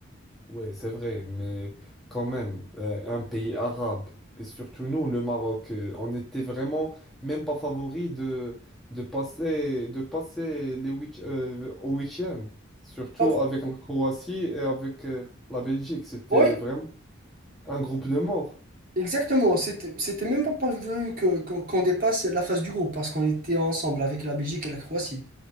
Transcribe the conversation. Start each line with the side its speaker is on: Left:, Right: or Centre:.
Centre: Oui, c'est vrai, mais quand même, euh, un pays arabe, et surtout nous, le Maroc, euh, on était vraiment même pas favori de, de passer, de passer les huit, euh, au huitième, surtout
Right: Hop.
Centre: avec la Croatie et avec euh, la Belgique. C'était
Right: Oui,
Centre: vraiment un groupe de morts.
Right: exactement. C'était, c'était même pas prévu que, qu'on qu'on dépasse la phase du groupe parce qu'on était ensemble avec la Belgique et la Croatie.